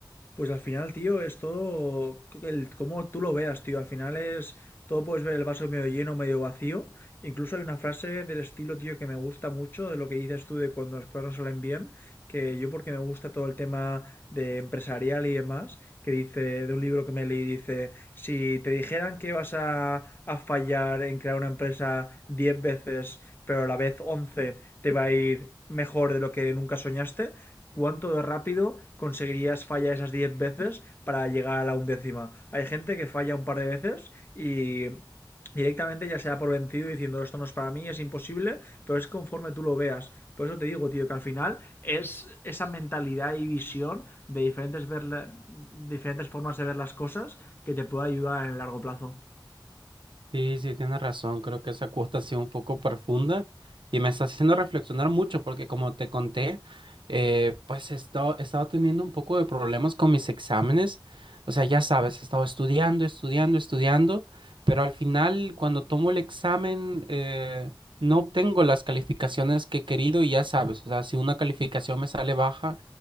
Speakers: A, on the left; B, on the right.
A: Pues al final, tío, es todo el cómo tú lo veas, tío. Al final es todo puedes ver el vaso medio lleno, medio vacío. Incluso hay una frase del estilo, tío, que me gusta mucho de lo que dices tú de cuando las cosas no salen bien, que yo porque me gusta todo el tema de empresarial y demás, que dice de un libro que me leí, dice, si te dijeran que vas a, a fallar en crear una empresa 10 veces, pero a la vez 11 te va a ir mejor de lo que nunca soñaste, ¿cuánto de rápido conseguirías fallar esas 10 veces para llegar a la undécima? Hay gente que falla un par de veces y directamente ya se da por vencido diciendo esto no es para mí, es imposible, pero es conforme tú lo veas. Por eso te digo, tío, que al final es esa mentalidad y visión de diferentes, ver la- diferentes formas de ver las cosas que te puede ayudar en el largo plazo.
B: Sí, sí, tienes razón. Creo que esa cuota ha sido un poco profunda y me está haciendo reflexionar mucho porque como te conté, eh, pues he estado, he estado teniendo un poco de problemas con mis exámenes. O sea, ya sabes, he estado estudiando, estudiando, estudiando, pero al final cuando tomo el examen eh, no obtengo las calificaciones que he querido y ya sabes, o sea, si una calificación me sale baja,